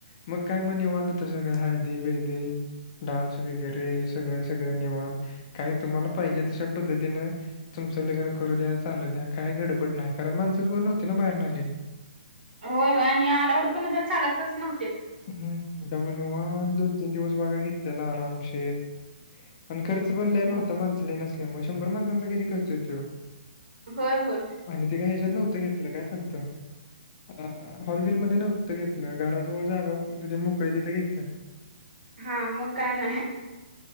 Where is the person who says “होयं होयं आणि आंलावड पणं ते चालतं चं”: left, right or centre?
Right